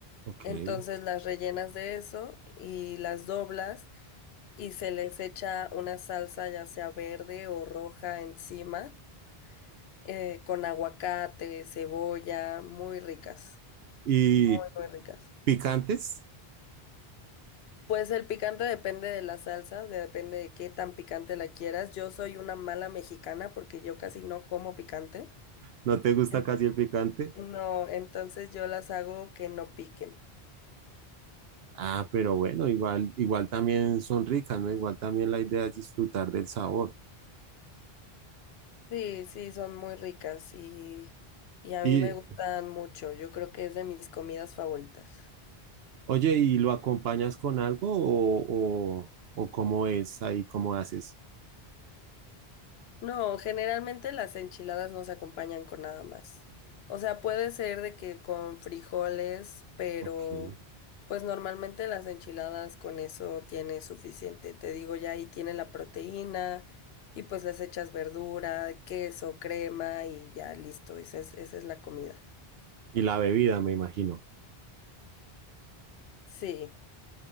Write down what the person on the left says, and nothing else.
Entonces las rellenas de eso y las doblas y se les echa una salsa ya sea verde o roja encima, eh, con aguacate, cebolla, muy ricas,
muy, muy ricas.
Pues el picante depende de la salsa, de- depende de qué tan picante la quieras. Yo soy una mala mexicana porque yo casi no como picante.
En-
No, entonces yo las hago que no piquen.
Sí, sí, son muy ricas y, y a
mí me gustan mucho. Yo creo que es de mis comidas favoritas.
No, generalmente las enchiladas no se acompañan con nada más. O sea, puede ser de que con frijoles, pero
pues normalmente las enchiladas con eso tiene suficiente. Te digo, ya ahí tiene la proteína y pues les echas verdura, queso, crema y ya listo. Esa es, esa es la comida.
Sí,